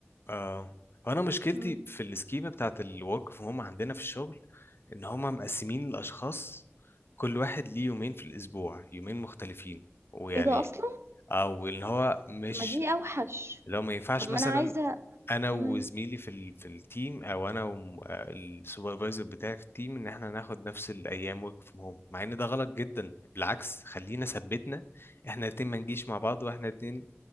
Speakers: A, on the left; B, on the right.
A: اه وانا مشكلتي
B: إمم.
A: في السكيمه بتاعت الورك فروم هم عندنا في الشغل ان هم مقسمين الاشخاص كل واحد ليه يومين في الاسبوع يومين مختلفين ويعني
B: إيه ده أصلًا!
A: او ان هو مش
B: طب ما دي أوحش،
A: لو ما ينفعش
B: طب ما
A: مثلا
B: أنا عايزة
A: انا وزميلي
B: إمم،
A: في ال... في التيم او انا والسوبرفايزر بتاعي في التيم ان احنا ناخد نفس الايام ورك فروم هوم مع ان ده غلط جدا بالعكس خلينا ثبتنا احنا الاتنين ما نجيش مع بعض واحنا الاتنين